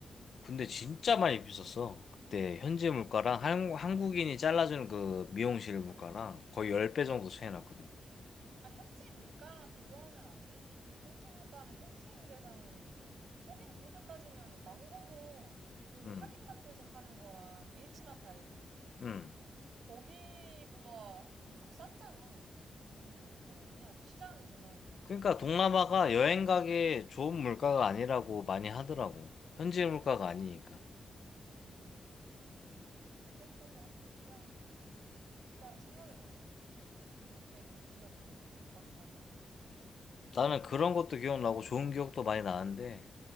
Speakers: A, on the left; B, on the right.
A: 근데 진짜 많이 비쌌어. 그때 현지 물가랑 한, 한국인이 잘라주는 그 미용실 물가랑
B: 어,
A: 거의 10배
B: 어.
A: 정도 차이 났거든.
B: 아, 현지 물가랑 비교하면 안 되지. 현지 물가는 현지인 대상으로인데. 거기는 그렇게 따지면 망고도 그
A: 음,
B: 한인마트에서 파는 거랑 H마트 알지?
A: 음.
B: 거기보다 엄청 쌌잖아. 그, 뭐 어디냐? 시장에서 산 망고.
A: 그러니까 동남아가 여행 가기에 좋은 물가가 아니라고 많이 하더라고. 현지 물가가 아니니까.
B: 음. 어쨌든 간 그냥 갑자기 생각이 났어. 그때 그 기억들이 막 가.
A: 나는 그런 것도 기억나고 좋은 기억도 많이 나는데,